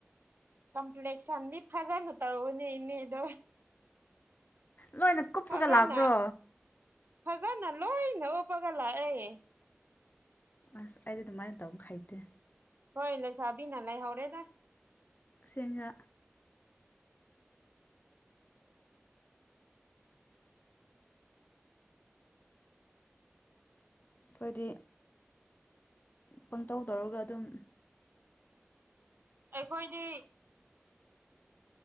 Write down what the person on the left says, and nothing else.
ꯂꯣꯏꯅ ꯀꯨꯞꯄꯒ
ꯂꯥꯛꯄ꯭ꯔꯣ
ꯑꯁ ꯑꯩꯗꯤ ꯑꯗꯨꯝ ꯃꯥꯏꯅ ꯇꯧ ꯈꯩꯗꯦ
ꯁꯦꯡꯒꯥ ꯑꯩꯈꯣꯏꯗꯤ ꯄꯪꯇꯧ ꯇꯧꯔꯒ ꯑꯗꯨꯝ